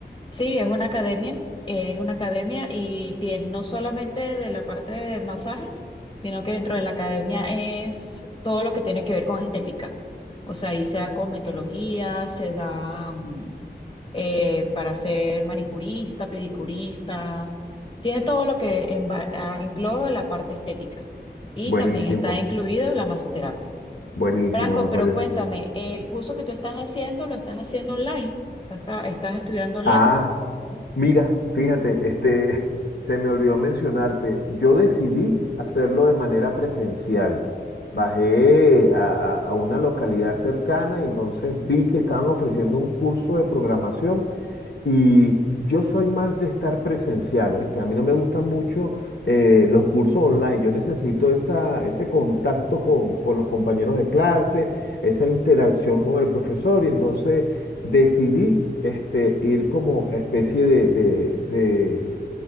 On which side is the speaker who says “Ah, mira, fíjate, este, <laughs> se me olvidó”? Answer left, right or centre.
Left